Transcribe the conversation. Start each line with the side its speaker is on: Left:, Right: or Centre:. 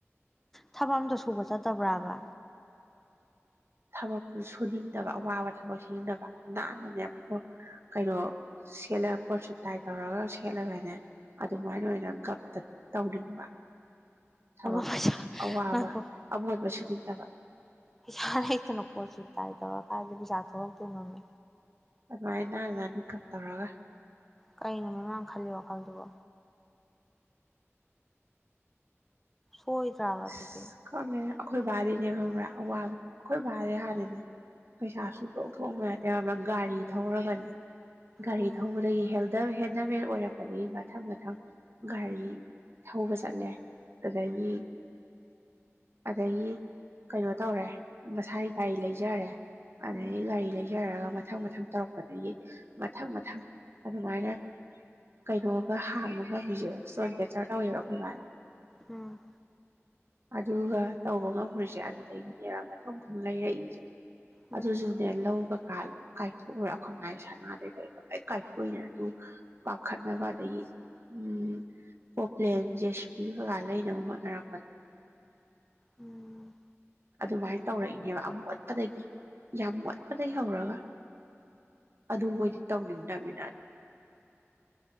Centre: ꯊꯕꯛ ꯑꯝꯇ ꯁꯨꯕ ꯆꯠꯇꯕ꯭ꯔꯥꯕ
Right: ꯊꯕꯛꯇꯨ ꯁꯨꯅꯤꯡꯗꯕ ꯑꯋꯥꯕ ꯊꯕꯛ ꯁꯨꯅꯤꯡꯗꯕ ꯅꯥꯟꯅꯅꯦ ꯀꯩꯅꯣ ꯁꯦꯠꯂꯒ ꯀꯣꯠꯁꯨꯠ ꯇꯥꯏ ꯇꯧꯔꯒ ꯁꯦꯠꯂꯒꯅꯦ ꯑꯗꯨꯃꯥꯏꯅ ꯑꯣꯏꯅ ꯒꯞꯇ ꯇꯧꯅꯤꯡꯕ ꯊꯕꯛꯇꯣ
Centre: ꯄꯩꯁꯥ
Right: ꯑꯋꯥꯕ
Centre: ꯉꯥꯏꯈꯣ
Right: ꯑꯃꯣꯠꯄ ꯁꯨꯅꯤꯡꯗꯕ
Centre: ꯄꯩꯁꯥ ꯂꯩꯇꯅ ꯀꯣꯠꯁꯨꯠ ꯇꯥꯏ ꯇꯧꯔ ꯀꯥꯏꯗꯒꯤ ꯄꯩꯁꯥ ꯊꯣꯛꯂꯛ ꯇꯣꯏꯅꯣꯃꯦ
Right: ꯑꯗꯨ ꯃꯥꯥꯏ ꯅ ꯅꯥꯟꯅ ꯅꯥꯟꯅ ꯒꯞ ꯇꯧꯔ
Centre: ꯀꯩꯅꯣ ꯃꯃꯥꯅ ꯈꯜꯂꯤ ꯋꯥꯈꯜꯗꯨꯕꯣ ꯍꯣꯏꯗꯔꯥ
Right: ꯑꯁ
Centre: ꯑꯗꯨꯗꯤ
Right: ꯈꯪꯉꯦ ꯑꯩꯈꯣꯏ ꯕꯥꯗꯤꯅꯦ ꯈꯪꯕ꯭ꯔꯥ ꯑꯋꯥꯕ ꯑꯩꯈꯣꯏ ꯕꯥꯗꯤ ꯍꯥꯟꯅꯅꯦ ꯄꯩꯁꯥ ꯁꯨꯡꯊꯣꯛ ꯊꯣꯛꯑꯝꯕ ꯅꯠꯇꯦ ꯒꯥꯔꯤ ꯊꯧꯔꯒꯅꯦ ꯒꯥꯔꯤ
Centre: ꯎꯝ
Right: ꯊꯧꯕꯗꯒꯤ ꯍꯦꯜ ꯍꯦꯟꯗꯃꯦꯟ ꯑꯣꯏꯔꯛꯄꯗꯒꯤ ꯃꯊꯪ ꯃꯊꯪ ꯒꯥꯔꯤ ꯊꯧꯕ ꯆꯠꯂꯦ ꯑꯗꯨꯗꯒꯤ ꯑꯗꯒꯤ ꯀꯩꯅꯣ ꯇꯧꯔꯦ ꯃꯁꯥꯒꯤ ꯒꯥꯔꯤ ꯂꯩꯖꯔꯦ ꯑꯗꯩ
Centre: ꯎꯝ
Right: ꯒꯥꯔꯤ ꯂꯩꯖꯔꯒ ꯃꯊꯪ ꯃꯊꯪ ꯇꯧꯔꯛꯄꯗꯒꯤ ꯃꯊꯪ ꯃꯊꯪ ꯑꯗꯨꯃꯥꯏꯅ ꯀꯩꯅꯣꯒ ꯍꯥꯡꯕ ꯉꯝꯃꯤꯖꯦ ꯏꯁꯇꯣꯟ ꯀꯦꯆꯔ ꯇꯧꯋꯦꯕ ꯑꯩꯈꯣꯏ ꯕꯥꯅ
Centre: ꯎꯝ
Right: ꯑꯗꯨꯒ ꯇꯧꯕ ꯉꯝꯒ꯭ꯔꯤꯖꯦ ꯑꯗꯨꯗꯩꯅꯦꯕ ꯃꯊꯪ ꯃꯊꯪ ꯂꯩꯔꯛꯏꯖꯦ
Centre: ꯎꯝ
Right: ꯑꯗꯨꯖꯨꯅꯦ ꯂꯧꯒ ꯀꯥꯏꯊꯣꯛꯎꯔ ꯁꯅꯥꯗꯩ ꯀꯩ ꯂꯣꯏ ꯀꯥꯏꯊꯣꯛꯏꯅ ꯑꯗꯨ ꯄꯥꯈꯠꯅꯕ ꯑꯗꯒꯤ ꯎꯝ ꯄꯣꯞꯄ꯭ꯂꯦꯟ ꯖ꯭ꯦꯁꯄꯤ ꯀꯩꯀꯥ ꯂꯩꯅꯕ ꯍꯣꯠꯅꯔꯛꯄ ꯑ <unintelligible>
Centre: ꯎꯝ
Right: ꯑꯗꯨꯃꯥꯏꯅ ꯇꯧꯔꯛꯏꯅꯦꯕ ꯌꯥꯝ ꯃꯣꯠꯄꯗꯒꯤ ꯌꯥꯝ ꯃꯣꯠꯄꯗꯒꯤ ꯍꯧꯔꯒ ꯑꯗꯨ ꯃꯣꯏꯗꯤ ꯇꯧꯅꯤꯡꯗꯃꯤꯅ